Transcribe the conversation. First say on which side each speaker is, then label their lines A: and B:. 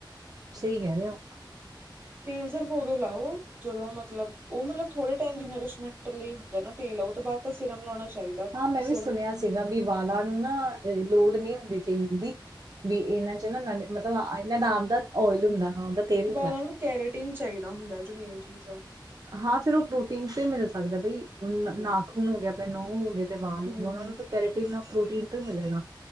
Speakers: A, on the right; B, on the right.
A: ਸਹੀ ਕਹਿ ਰਹੇ ਹੋ।
B: ਤੇਲ ਸਿਰਫ ਉਦੋਂ ਲਾਓ, ਜਦੋਂ ਮਤਲਬ ਉਹ ਮਤਲਬ ਥੋੜੇ ਤੇਲ ਨਰਿਸ਼ਮੈਂਟ ਲਈ ਹੁੰਦਾ ਨਾ। ਤੇਲ ਉਹ ਤੋਂ ਬਾਅਦ ਤਾਂ ਸਿਰਮ ਲਾਉਣਾ। ਚਾਹੀਦਾ
A: ਹਾਂ। ਮੈਂ
B: ਸਿਰਮ
A: ਵੀ ਸੁਣਿਆ ਸੀਗਾ ਵੀ ਵਾਲਾ ਨੂੰ ਨਾ ਲੋੜ ਨੀ ਹੁੰਦੀ ਤੇਲ ਦੀ ਵੀ ਇਹਨਾਂ ਚ ਨਾ ਮਤੱਲਬ ਇਹਨਾਂ ਦਾ ਆਮ ਦਾ ਓਇਲ ਹੁੰਦਾ। ਉਹਦਾ ਤੇਲ ਹੁੰਦਾ
B: ਵਾਲਾਂ ਨੂੰ ਕੈਰੇਟਿਨ ਚਾਹੀਦਾ ਹੁੰਦਾ ਜੋ ਮੇਨ ਚੀਜ਼ ਹੈ
A: ਹਾਂ। ਫਿਰ ਉਹ ਪ੍ਰੋਟੀਨ ਮਿਲ ਸਕਦਾ ਬਈ
B: ਹੂੰ
A: ਨਾਖੂਨ ਹੋ ਗਏ ਆਪਣੇ ਨਹ ਹੋ ਗਏ ਤੇ ਵਾਲ
B: ਹੂੰ
A: ਹੋ ਗਏ ਉਹਨਾਂ ਨੂੰ ਫਿਰ ਕੈਰੇਟਨ ਪ੍ਰੋਟੀਨ ਤੋਂ ਹੀ ਮਿਲੇਗਾ।